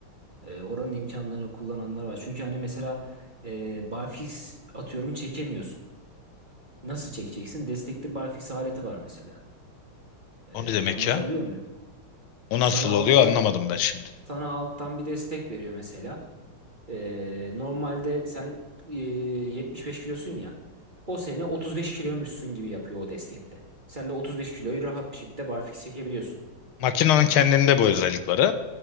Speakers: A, on the right (about 25°); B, on the left (about 80°).
A: E, oranın imkanlarını kullananlar var. Çünkü hani mesela e, barfix atıyorum çekemiyorsun. Nasıl çekeceksin? Destekli barfix aleti var mesela. E,
B: O ne demek
A: anlatabiliyor
B: ya?
A: muyum?
B: O
A: Sana
B: nasıl oluyor
A: alttan
B: anlamadım ben şimdi.
A: sana alttan bir destek veriyor mesela. Ee, normalde sen e, 75 kilosun ya. O sene 35 kiloymuşsun gibi yapıyor o destekte. Sen de 35 kiloyu rahat bir şekilde barfiks çekebiliyorsun.
B: Makinenin kendinde bu özellik var ha?